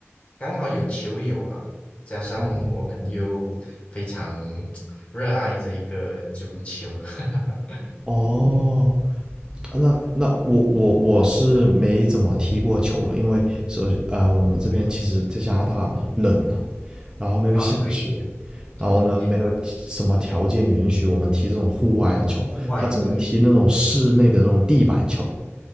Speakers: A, on the left; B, on the right.
A: 刚好有球友啊，加上我们又非常
B: 哦。
A: 热爱这一个足球。<laughs>
B: 哦，那那我我我是没怎么踢过球了，因为首呃我们这边其实在加拿大嘛，冷啊，然后呢又下雪，
A: 啊，对，同意，
B: 然后呢没有踢什么条件允许我们踢这种户外的球，
A: 户外对。
B: 他只能踢那种室内的这种地板球。